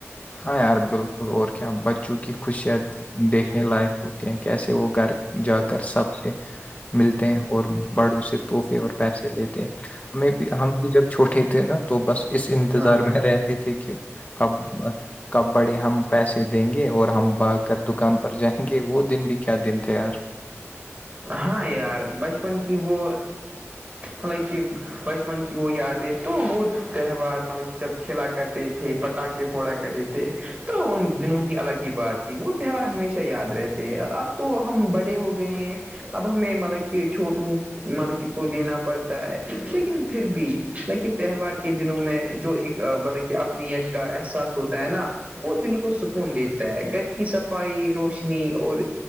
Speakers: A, on the left; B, on the right.
A: ہاں یار بالکل اور کیا بچوں کی خوشیاں دیکھنے لائق ہوتی ہیں کیسے وہ گھر جا کر سب سے ملتے ہیں اور بڑوں سے توحفے اور پیسے لیتے ہمیں بھی ہم بھی جب چھوٹے تھے نا تو بس اس انتظار
B: ہاں بھائی
A: میں رہتی تھی کہ کب کب بڑے ہم پیسے دیں گے اور ہم با کر دکان پر جائیں گے وہ دن بھی کیا دن تھے یار
B: ہاں یار بچپن کی وہ مط بچپن کی وہ یاد ہے تو وہ تہوار مطلب کہ جب کھیلا کرتے تھے پٹاخے پھوڑا کرتے تھے تو ان دنوں کی الگ ہی بات وہ تہوار ہمیشہ یاد رہتے ہیں اب تو ہم بڑے ہو گئے ہیں اب ہمیں مطلب کہ چھوٹوں مطلب کو دینا پڑتا ہے لیکن پھر بھی لیکن تہوار کے دنوں میں جو ایک بطلب کہ اپنیت کا احساس ہوتا ہے نا وہ دل کو سکون دیتا ہے گھر کی صفائی روشنی اور